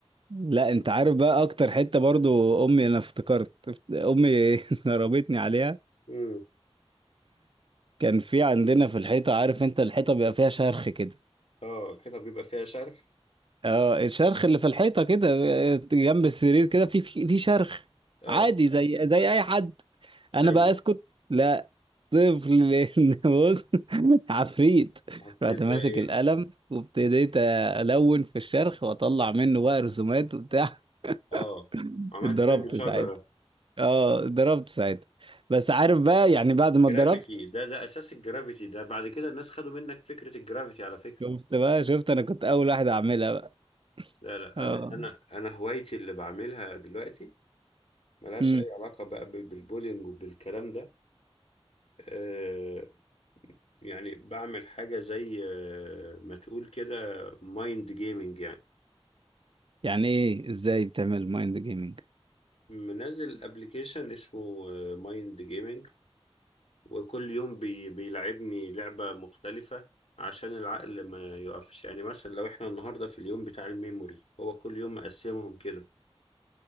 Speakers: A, on the right; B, on the left.
A: لا انت عارف بقى اكتر حتة برضو امي انا افتكرت امي <laughs> ضربتني عليها
B: امم
A: كان في عندنا في الحيطة عارف انت الحيطة بيبقى فيها شرخ كده
B: اه الحيطة بيبقى فيها شرخ
A: اه الشرخ اللي في الحيطة كده اه، جنب السرير كده في في في شرخ
B: اه
A: عادي زي زي اي حد انا
B: ايوه
A: بقى اسكت لا طفل <laughs> بص عفريت
B: حطيت
A: رحت ماسك
B: بقى ايه
A: القلم وابتديت الون في الشرح واطلع منه بقى رسومات وبتاع
B: اه
A: <laughs>
B: عملت
A: اتضربت
B: منه شجرة
A: ساعتها اه اتضربت ساعتها بس عارف بقى يعني بعد ما
B: جرافيتي
A: اتضربت
B: ده ده اساس الجرافيتي ده بعد كده الناس خدوا منك فكرة الجرافيتي على فكرة
A: شفت بقى شفت انا كنت اول واحد اعملها بقى
B: لا لا
A: اه
B: انا انا انا هوايتي اللي بعملها دلوقتي ملهاش
A: امم
B: أي علاقة بقى بال- بالبولينج وبالكلام ده آه، يعني بعمل حاجة زي آه، ما تقول كده مايند جيمنج يعني
A: يعني ايه ازاي بتعمل مايند جيمنج
B: منزل ابلكيشن اسمه مايند جيمنج وكل يوم بي بيلعبني لعبة مختلفة عشان العقل ما يقفش يعني مثلا لو احنا النهاردة في اليوم بتاع الميموري هو كل يوم مقسمهم كده